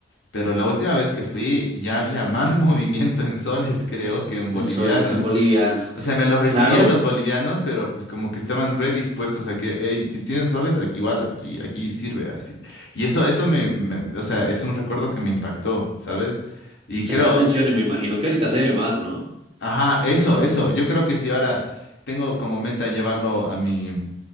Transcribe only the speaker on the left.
Pero la última vez que fui ya había más <laughs> movimiento en soles, creo, que en
bolivianos.
O sea, me los recibían
los bolivianos, pero pues como que estaban redispuestos a que, hey, si tienen soles, aquí- igual aquí, aquí sirve así. Y eso, eso me, me- o sea, es un recuerdo que me impactó, ¿sabes? Y creo,
ajá, eso,
eso. Yo creo que si ahora tengo como meta llevarlo a mi